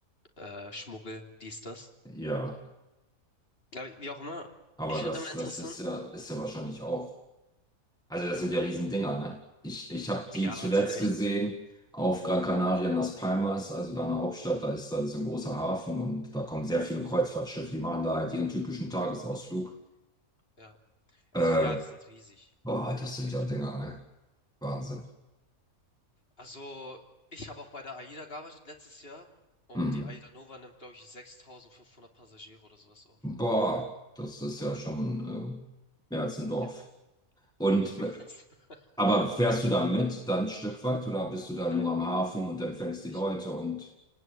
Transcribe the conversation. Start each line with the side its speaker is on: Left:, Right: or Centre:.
Left: äh, Schmuggel, dies, das.
Centre: Ja,
Left: Ja, wie wie auch immer.
Centre: aber
Left: Ich finde
Centre: das,
Left: immer
Centre: das
Left: interessant.
Centre: ist ja, ist ja wahrscheinlich auch. Also das sind ja Riesendinger, ne? Ich, ich habe die
Left: Ja,
Centre: zuletzt
Left: die sind echt.
Centre: gesehen auf Gran Canaria in Las Palmas, also da in der Hauptstadt, da ist, da ist ein großer Hafen und da kommen sehr viele Kreuzfahrtschiffe, die machen da halt ihren typischen Tagesausflug.
Left: Ja. Also
Centre: Äh,
Left: ja, die sind riesig.
Centre: boah, das
Left: Auf
Centre: sind
Left: jeden
Centre: ja
Left: Fall.
Centre: Dinger, ne? Wahnsinn.
Left: Also, ich habe auch bei der AIDA gearbeitet letztes Jahr und
Centre: Mhm.
Left: die AIDA Nova nimmt, glaube ich, 6500 Passagiere oder sowas auf.
Centre: Boah, das ist
Left: Und
Centre: ja schon äh, mehr als ein Dorf.
Left: ja,
Centre: Und
Left: <laughs>
Centre: Aber fährst du da mit dann ein Stück weit oder bist du da
Left: nein,
Centre: nur am
Left: nur
Centre: Hafen
Left: nein.
Centre: und empfängst
Left: Ich,
Centre: die Leute und